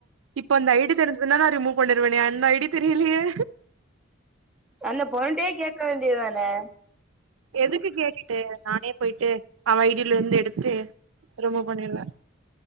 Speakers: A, on the right; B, in the centre.
A: இப்ப அந்த ஐ டி தெரிஞ்சுதுன்னா நா ரிமூவ் பண்ணிருவனே அந்த ஐ டி தெரியலியே
B: அந்த பொண்ணுட்டயே கேக்க வேண்டியது தானே
A: எதுக்கு கேட்டுட்டு நானே போயிட்டு அவ ஐ டி ல இருந்து எடுத்து ரிமூவ் பண்ணிர்வ